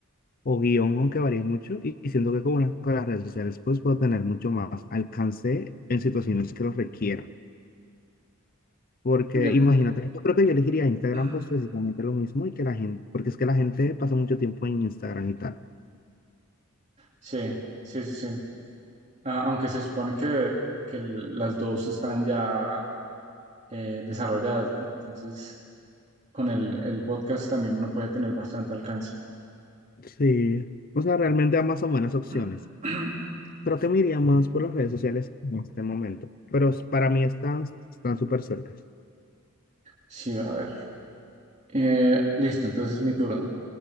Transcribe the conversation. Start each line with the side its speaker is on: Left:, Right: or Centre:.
Left: o guión, aunque varíe mucho, y, y siento que con, la- con las redes sociales pues puedo tener mucho más alcance en situaciones que lo requieran. Porque
Right: De...
Left: imagínate, yo creo que yo elegiría Instagram
Right: <clears throat>
Left: pues precisamente lo mismo y que la gente, porque es que la gente pasa mucho tiempo en Instagram y tal.
Right: Sí, sí, sí, sí. Ah, aunque se supone que, que el- las dos están ya eh, desarrolladas, ¿no? Entonces, con el, el podcast también uno puede tener bastante alcance.
Left: Sí, o sea, realmente ambas son buenas
Right: <clears throat>
Left: opciones. Creo que me iría más por las redes sociales en este momento, pero s- para mí están están súper cerca.
Right: Sí, a ver. Eh, listo, entonces es mi turno.